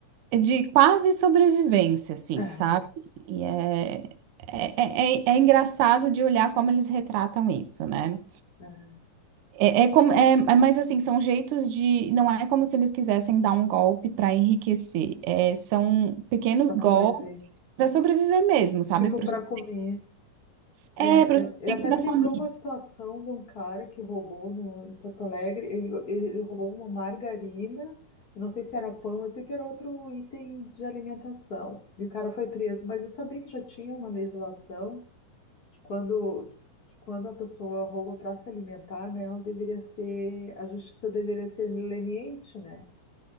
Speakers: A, on the right; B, on the left.
A: de quase sobrevivência, assim,
B: Ah.
A: sabe, e é, é, é, é engraçado de olhar como eles retratam isso, né,
B: É,
A: é, é como, é, é- mas assim, são jeitos de, não é como se eles quisessem dar um golpe para enriquecer, é, são pequenos
B: para
A: golpes,
B: sobreviver.
A: Para sobreviver mesmo, sabe?
B: Tipo,
A: Pro,
B: para
A: sus-
B: comer.
A: é,
B: É,
A: para o sustento
B: é, é, até
A: da
B: me
A: família.
B: lembrou uma situação de um cara que roubou no, em Porto Alegre. Ele, ele, ele roubou uma margarina. Eu não sei se era pão, eu sei que era outro item de alimentação. E o cara foi preso. Mas eu sabia que já tinha uma legislação que quando, que quando a pessoa rouba para se alimentar, né, ela deveria ser, a justiça deveria ser leniente, né?